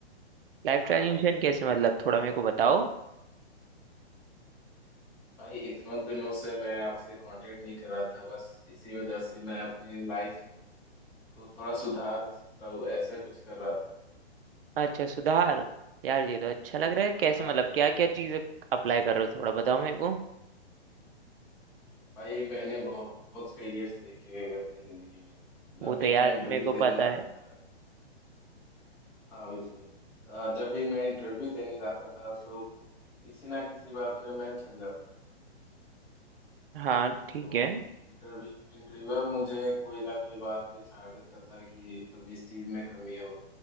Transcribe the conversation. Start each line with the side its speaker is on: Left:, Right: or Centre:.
Right: लाइफ
Centre: हाँ
Right: ट्रांजिशन कैसे मतलब थोड़ा मेरे को बताओ
Centre: भाई इतनों दिनों से मैं आपसे कांटेक्ट नहीं कर रहा था बस इसी वजह से मैं अपनी लाइफ को थोड़ा सुधार सकता हूँ ऐसा कुछ कर रहा था
Right: अच्छा सुधार यार ये तो अच्छा लग रहा है कैसे
Centre: हाँ
Right: मतलब
Centre: बिल्कुल
Right: क्या क्या
Centre: यार
Right: चीज़ें अप्लाई कर रहे हो थोड़ा बताओ मेरे को
Centre: भाई मैंने बहुत फेलियर्स देखे अपनी जिंदगी में जब
Right: वो तो
Centre: भी
Right: यार
Centre: मैं इंटरव्यू
Right: मेरे को
Centre: देने
Right: पता
Centre: जाता
Right: है
Centre: था हाँ बिल्कुल अ, जब भी मैं इंटरव्यू देने जाता था तो किसी ना किसी बात पे मैं छट जाता था
Right: हाँ ठीक
Centre: तो
Right: है
Centre: इंटरव्यू इंटरव्यूअर मुझे कोई ना कोई बात पे छाड़ देता था कि तुम इस चीज में कमी हो